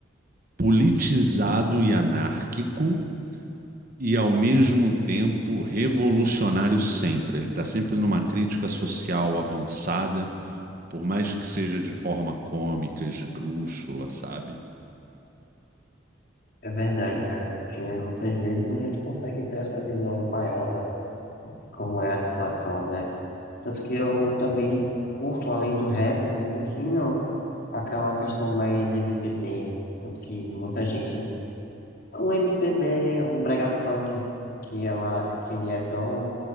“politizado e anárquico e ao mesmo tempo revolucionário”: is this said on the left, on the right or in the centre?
Right